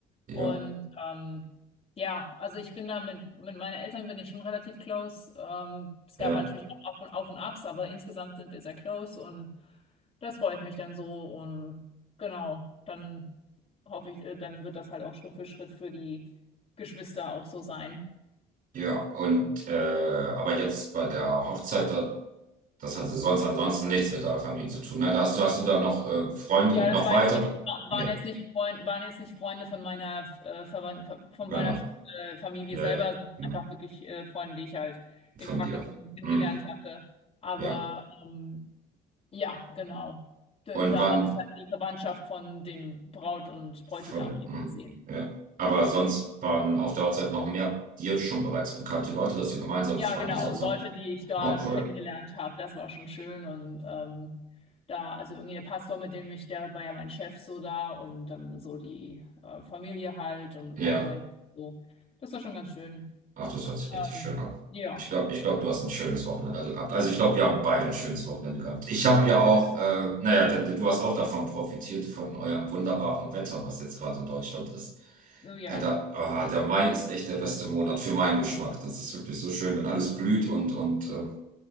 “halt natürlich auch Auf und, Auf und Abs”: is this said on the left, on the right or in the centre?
Left